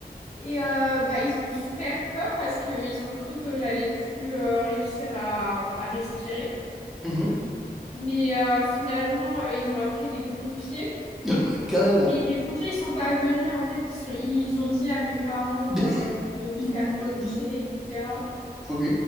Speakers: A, on the left; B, in the centre.
A: Et euh, bah, ils ont eu super peur parce qu'ils ont cru que j'allais plus euh, réussir à, à respirer.
B: Mhm.
A: Mais euh, finalement, euh, ils ont appelé les pompiers.
B: <laughs> Ouais, Carrément.
A: Mais les pompiers, ils sont pas venus. En fait, ils, sont- ils ont dit à mes parents
B: <laughs>
A: euh, de me
B: Il
A: faire
B: voulait
A: moucher,
B: pas venir.
A: etc.
B: Ok.